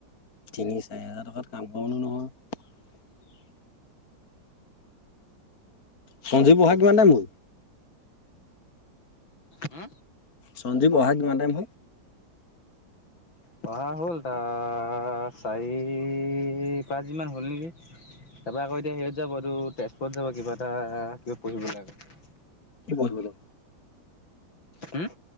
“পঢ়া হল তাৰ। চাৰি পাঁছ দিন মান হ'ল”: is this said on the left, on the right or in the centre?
Left